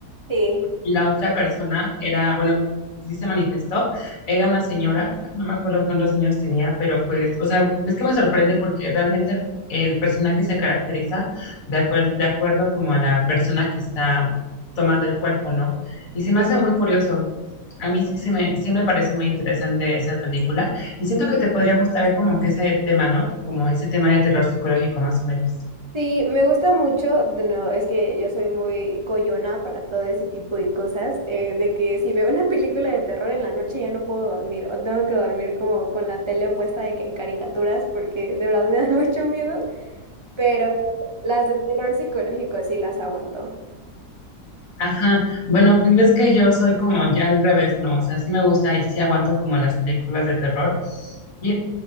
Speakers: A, on the right; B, on the left.
A: Sí,
B: y la otra persona era, bueno, sí se manifestó, era una señora, no me acuerdo cuántos años tenía, pero pues, o sea, es que me sorprende porque realmente el, el personaje se caracteriza de, acuer- de acuerdo como a la persona que está tomando el cuerpo, ¿no? Y se me
A: sí,
B: hace muy curioso. A mí sí, se me, sí me parece muy interesante esa película y siento que te podría gustar como que ese tema, ¿no? Como ese tema de terror psicológico más o menos.
A: Sí, me gusta mucho, de nuevo, es que yo soy muy coyona para todo ese tipo de cosas, eh, de que si veo una película de terror en la noche ya no puedo dormir, o tengo que dormir como con la tele puesta de que en caricaturas, porque de verdad me dan <laughs> mucho miedo, pero las de terror psicológico sí las aguanto.
B: Ajá, bueno, pues ves que yo soy como ya al revés, ¿no? O sea, sí me gusta y sí aguanto como las películas de terror. Y